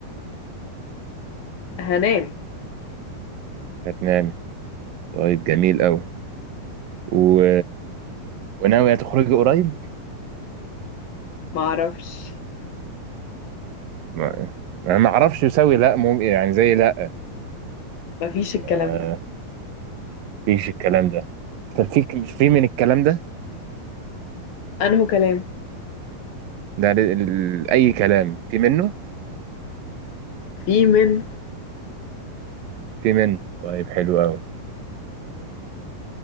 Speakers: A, on the left; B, on the right.
A: هنام
B: هتنامي طيب جميل قوي و... وناوية تخرجي قريب
A: معرفش
B: ما أنا ما اعرفش يساوي لا مم... يعني زي لا
A: مفيش الكلام
B: آه
A: ده
B: فيش الكلام ده طب في في من الكلام ده
A: انه كلام
B: ده ال- ال- اي كلام في منه
A: في منه
B: في منه طيب حلو قوي